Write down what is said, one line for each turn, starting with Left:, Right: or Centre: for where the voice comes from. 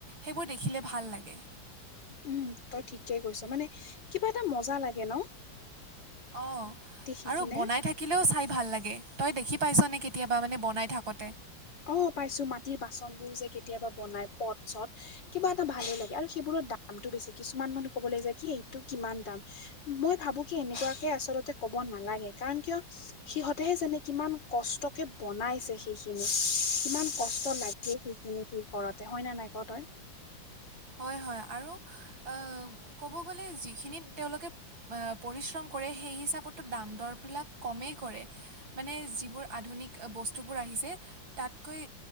Right: সেইবোৰ দেখিলে ভাল লাগে
Left: উম তই ঠিককে কৈছ মানে কিবা এটা মজা লাগে ন
Right: অঁ
Left: দেখি
Right: আৰু
Left: কিনে?
Right: বনাই থাকিলেও চাই ভাল লাগে তই দেখি পাইছনেে কেতিয়াবা মানে বনাই থাকোঁতে
Left: অ পাইছো মাটিৰ বাচন বোৰ যে কেতিয়াবা বনাই পথ চট কিবা এটা ভালো লাগে আৰু সেইবোৰৰ দামটো বেছি কিছুমান মানুহ ক'বলৈ যায় কি এইটো কিমান দাম মই ভাবো কি এনেকুৱাকে আচলতে ক'ব নালাগে, কাৰন কিয় সিহঁতেহে জানে কিমান কষ্ট কে বনাইছে সেইখিনি। কিমান কষ্ট লাগে সেইখিনি সেই কৰতে হয়, ন নাই ক তই?
Right: হয়, হয়, আৰু আহ, ক'ব গ'লে যিখিনিত তেওঁলোকে পৰিশ্ৰম কৰে সেই হিচাপতটো দাম দৰবিলাক কমেই কৰে, মানে যিবোৰ আধুনিক বস্তুবোৰ আহিছে। তাতকৈ